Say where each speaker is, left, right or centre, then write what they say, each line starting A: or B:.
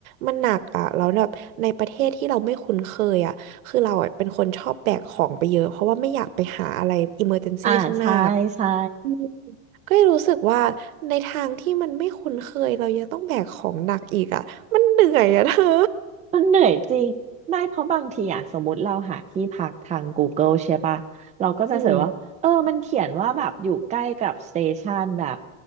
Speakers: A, on the right (about 80°); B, on the right (about 15°).
A: มันหนักอ่ะแล้วแบบในประเทศที่เราไม่คุ้นเคยอ่ะคือเราอะเป็นคนชอบแบกของไปเยอะเพราะว่าไม่อยากไปหาอะไรอิมเมอร์เจนซี่ข้างหน้า
B: อ่าใช่ใช่
A: อืมก็รู้สึกว่าในทางที่มันไม่คุ้นเคยเรายังต้องแบกของหนักอีกอ่ะมันเหนื่อยอ่ะเธอ
B: มันเหนื่อยจริงไม่เพราะบางทีอ่ะสมมติเราหาที่พักทาง Google ใช่ปะเราก็จะเสิร์ชว่าเออมันเขียนว่าแบบอยู่ใกล้กับสเตชันแบบ
A: อืม